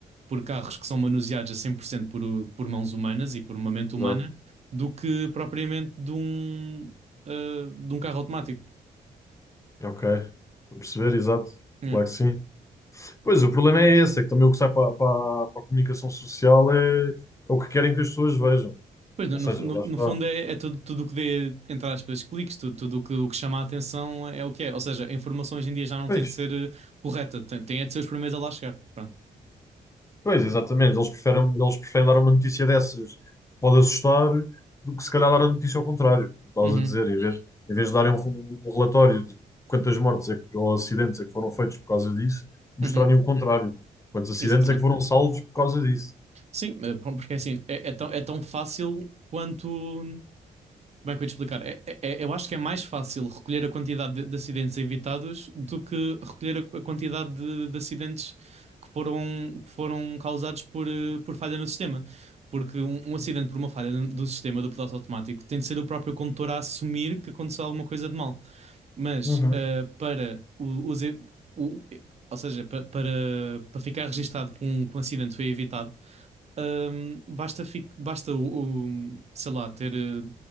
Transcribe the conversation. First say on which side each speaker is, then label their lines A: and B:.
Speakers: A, on the right (about 45°); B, on the left (about 20°).
A: por carros que são manuseados a 100% por, por mãos humanas e por uma mente
B: exato,
A: humana do que propriamente de um, ah, de um carro automático.
B: ok, estou a perceber, exato,
A: É.
B: claro que sim. Pois, o problema é esse, é que também o que sai para, para, para a comunicação social é, é o que querem que as pessoas vejam.
A: Pois, no,
B: Ou
A: no,
B: seja,
A: no-
B: lá
A: no
B: está.
A: fundo é, é tudo, tudo o que dê, entre aspas, cliques, tudo, tudo o que, o que chama a atenção é o que é. Ou seja, a informação hoje em dia já não
B: Pois,
A: tem de ser eh, correta, tem, tem é de ser os primeiros a lá chegar. Pronto.
B: pois, exatamente. Eles preferem, eles preferem dar uma notícia dessas que pode assustar do que se calhar dar a notícia ao contrário, como estavas
A: Uhum,
B: a dizer, em vez, em vez de darem um, um um relatório de quantas mortes é que, ou acidentes é que foram feitos por causa disso, mostrarem
A: uhum,
B: o contrário. Quantos acidentes
A: exatamente.
B: é que foram salvos por causa disso.
A: Sim, eh, pronto, porque assim, é, é tão, é tão fácil quanto. Como é que eu ia te explicar? É- é- é- eu acho que é mais fácil recolher a quantidade de, de acidentes evitados do que recolher a, a quantidade de, de acidentes que foram, que foram causados por, eh, por falha no sistema. Porque um, um acidente por uma falha no- do sistema do piloto automático tem de ser o próprio condutor a assumir que aconteceu alguma coisa de mal. Mas
B: Uhum.
A: eh, para o, os e- o- e- ou seja, pa- para, para ficar registado que um, que um acidente foi evitado, hum, basta, fi- basta o, o- sei lá, ter. eh,